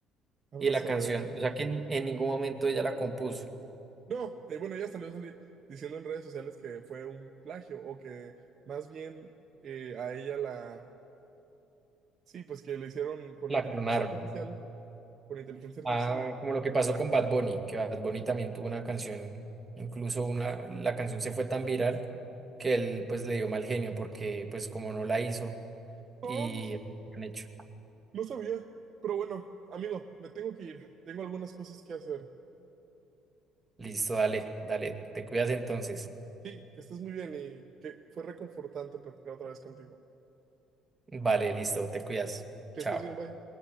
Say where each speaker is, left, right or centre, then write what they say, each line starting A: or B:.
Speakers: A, on the right; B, on the right.
A: Habla
B: y la
A: sobre
B: canción,
A: eso.
B: o sea que en, en ningún momento ella la compuso,
A: No, eh, bueno, ya salió sali- diciendo en redes sociales que fue un plagio o que más bien eh, a ella la... Sí, pues que lo hicieron con
B: la
A: inteligencia
B: clonaron.
A: artificial, con inteligencia artificial.
B: Ah,
A: le
B: como
A: crearon
B: lo que
A: la
B: pasó
A: canción.
B: con Bad Bunny, que Bad Bunny también tuvo una canción, incluso una, la canción se fue tan viral que él pues le dio mal genio porque pues como no la hizo y
A: No, no
B: han hecho.
A: No sabía, pero bueno, amigo, me tengo que ir. Tengo algunas cosas que hacer.
B: Listo, dale, dale, te cuidas entonces.
A: Sí, que estés muy bien y que fue reconfortante platicar otra vez contigo.
B: Vale, listo, te cuidas.
A: Que
B: Chao.
A: estés bien, bye.